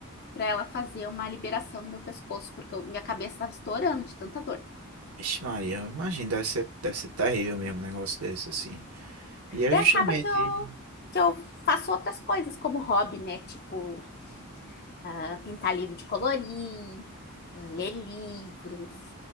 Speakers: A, on the left (about 45°); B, on the right (about 75°).
A: para ela fazer uma liberação no meu pescoço, porque eu- minha cabeça estava estourando de tanta dor.
B: Vixe Maria, eu imagino, deve ser, deve ser terrível mesmo um negócio desse, assim. E é
A: Daí
B: justamente.
A: acaba que eu que eu faço outras coisas como hobby, né? Tipo, ah, pintar livro de colorir, ah, ler livros,